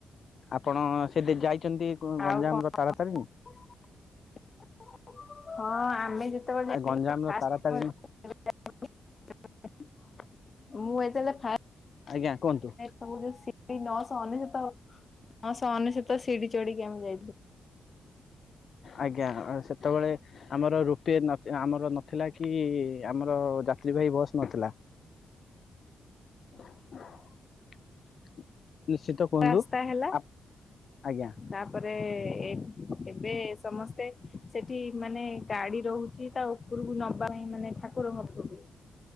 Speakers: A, on the left (about 60°); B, on the left (about 40°).
A: ଆପଣ ସେ ଯାଇଚନ୍ତି ଗଞ୍ଜାମର
B: ଆଉ କଣ
A: ତାରାତାରିଣୀ?
B: ହଁ ଆମେ ଯେତେବେଳେ ଯାଇଥିଲୁ ଫାର୍ଷ୍ଟ
A: ଆ ଗଞ୍ଜାମର ତାରାତାରିଣୀ
B: ଥର <inaudible> ମୁଁ ଯେତେବେଳେ ଫାର୍ଷ୍ଟ
A: ଆଜ୍ଞା କୁହନ୍ତୁ।
B: ସବୁ ଯୋଉ ସିିଡ଼ି ନଅଶହ ଅନେସତ ନଅଶହ ଅନେସତ ସିଡିି଼ ଚଢିକି ଆମେ ଯାଇଥିଲୁ।
A: ଆଜ୍ଞା ସେତେବଳେ ଆମର ରୁପି ନ ଆମର ନଥିଲା କି ଆମର ଯାତ୍ରୀବାହି ବସ୍ ନଥିଲା। <inaudible> ନିଶ୍ଚିତ କୁହନ୍ତୁ
B: ରାସ୍ତା ହେଲା
A: ଆପ ଆଜ୍ଞା।
B: ତାପରେ ଏ ଏବେ ସମସ୍ତେ ସେଠି ମାନେ ଗାଡ଼ି ରହୁଚି ତା ଉପରୁକୁ ନବା ପାଇଁ ମାନେ ଠାକୁରଙ୍କ ପାଖକୁ ହ୍ୟାଲୋ